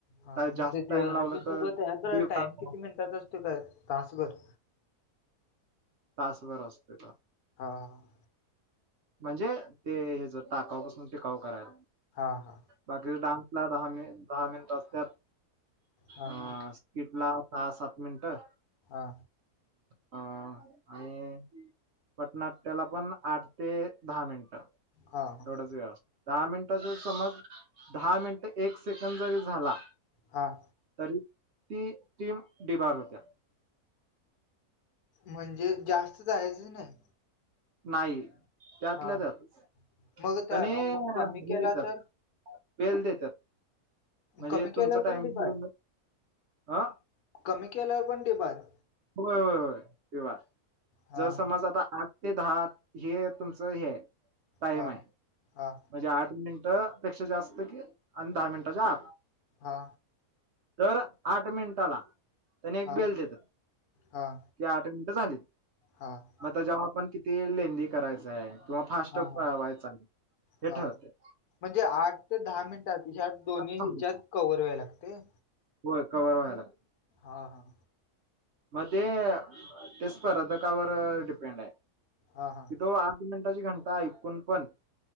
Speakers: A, on the left; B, on the right.
A: हा,
B: ता- जास्त
A: मग
B: टाइम लावला
A: ते सगळं
B: तर
A: तयार
B: दिवसभर
A: टाईम किती
B: असते,
A: मिनिटात असतो काय तासभर?
B: तासभर असतोय.
A: हा.
B: म्हणजे ते हेचं, टाकाऊपासून टिकाऊ करायला.
A: हा हा.
B: बाकीच डान्सला दहा मि दहा मिनिट असत्यात.
A: हां
B: हा
A: हां
B: किटला सहा सात मिनिटं.
A: हा.
B: अ आणि, पटनाट्याला पण आठ ते दहा मिनिटं,
A: हां हां
B: एवढाच वेळ आसत दहा मिनिटाचा समज, दहा मिनिटं एक सेकंड जरी झाला
A: हां
B: तरी, ती टीम डिबार होत्या.
A: म्हणजे जास्त जायचंच नाही.
B: नाही, त्यातल्या
A: हां
B: त्यातच,
A: मग त्या
B: तेनि हे
A: मग कमी केला
B: देत्यात
A: तर?
B: बेल देत्यात, म्हजे
A: कमी केल्यावर
B: तुमचं टायमिंग
A: पण डिपार्ट?
B: अ
A: कमी केलाय पण डिबार.
B: होय होय होय, खिंडार,,
A: हां
B: जर समज आता आठ ते दहा हे तुमचं हे टाईम
A: हां
B: हाय,,
A: हां
B: म्हंजे आठ मिनिटं पेक्षा जास्त की आणि दहा मिनिटाच्या आत.
A: हा.
B: दर आठ मिनिटाला तणे एक
A: हां
B: बेल देत.
A: हां
B: कि आठ मिनिटं झालीत.
A: हां.
B: मग तो जवा पण किती लेहंदी करायचाय किंवा फास्ट
A: हां
B: पळवायचा
A: हां
B: आहे. हे
A: हां
B: ठरतंय.
A: म्हणजे आठ ते दहा मिनिटात ज्यात दोन्ही
B: समजत
A: ह्याच्यात
B: नाही
A: कव्हर व्हायला लागतय.
B: होय, कवर व्हायला.
A: हा हा.
B: मध्ये ते स्पर्धकावर डिपेंड आहे.
A: हा हा.
B: त तो आठ मिनिटाची घंटा ऐकून पण